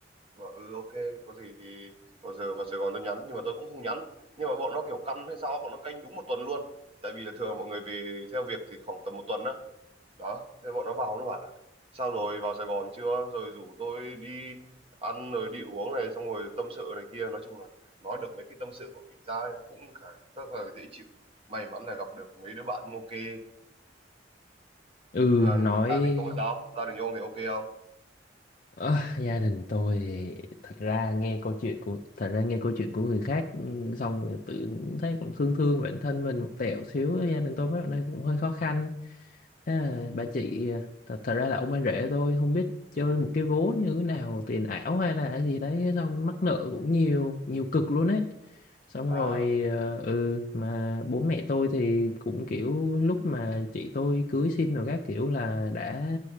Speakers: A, on the right; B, on the left.
A: và ừ ok có gì thì bao giờ vào Sài Gòn tôi nhắn nhưng mà tôi cũng không nhắn nhưng mà bọn nó kiểu căm hay sao bọn nó canh đúng một tuần luôn tại vì là thường mọi người về theo việc thì khoảng tầm một tuần á đó thế bọn nó vào nó bảo lại sao rồi vào Sài Gòn chưa rồi rủ tôi đi ăn rồi đi uống này xong rồi tâm sự này kia nói chung là nói được mấy cái tâm sự của mình ra cũng khá rất là dễ chịu may mắn là gặp được mấy đứa bạn cũng ok
B: ừ
A: nhưng mà gia
B: nói
A: đình ông thì sao gia đình ông thì ok không
B: Ờ, gia đình tôi thì thật ra nghe câu chuyện của thật ra nghe câu chuyện của người khác ừ, xong rồi tự thấy cũng thương thương bản thân mình một tẹo xíu gia đình tôi mấy hôm nay cũng hơi khó khăn À, bà chị thật, thật ra là ông anh rể tôi không biết chơi một cái vố như thế nào tiền ảo hay là gì đấy xong mắc nợ cũng nhiều nhiều cực luôn ấy xong
A: à
B: rồi ờ, ừ mà bố mẹ tôi thì cũng kiểu lúc mà chị tôi cưới xin rồi các kiểu là đã